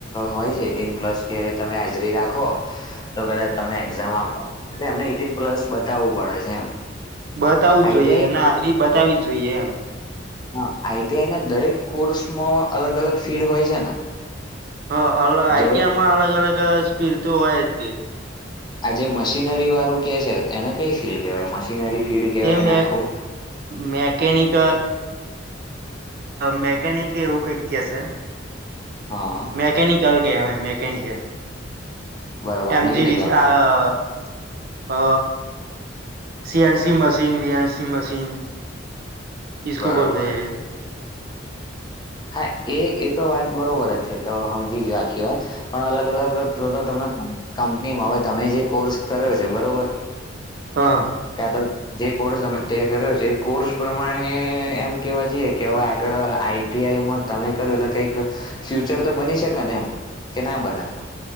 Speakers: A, on the left (about 25°); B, on the right (about 55°).
A: હોય છે એટીન પ્લસ કે તમે હાજરી રાખો
B: <inaudible>
A: તો કદાચ તમને એક્ઝામ આપ એટલે એમને એટીન પ્લસ બતાવવું પડે છે એમ
B: બતાવુ જ
A: આઈટીઆઈ
B: જોઈએ એના હાજરી બતાવી જ જોઈએ એમ.
A: હા આઈટીઆઈ ના દરેક કોર્સમાં અલગ અલગ ફિલ્ડ હોય છે ને?
B: હ આઈટીઆમાં
A: જો
B: અલગ અલગ સ્પીડ તો હોય જ તે
A: આ જે મશીનરી વાળું કે છે એને કઈ ફીડ કેહેવાય મશીનરી ફીડ કેહેવાય
B: એ મે
A: એને આખું.
B: મેકેનિક મેકેનિક એવું કઈક કેશે.
A: હા.
B: મેકેનિકલ કેવાય મેકેનિકલ.
A: બરોબર
B: એમજી
A: મિકેનિકલ
B: વિશે આ અ C NC machine V NC machine ઈસકો
A: બરોબર
B: બોલતે હૈ
A: હા એ એ તો વાત બરોબર જ છે, તો હમજી ગયો આખી વાત પણ અલગ અલગ તો ત તમને કંપનીમાં હવે તમે જે કોર્સ કર્યો છે, બરોબર
B: હા હા.
A: કા તો જે કોર્સ હવે તે કર્યો છે એ કોર્સ પ્રમાણે એમ કેવા જઈએ કે હવે આગળ આઈ ટી આઈમાં તમે કરો એટલે કઈક ફ્યુચર તો બની શકે ને એમ કે ના બને.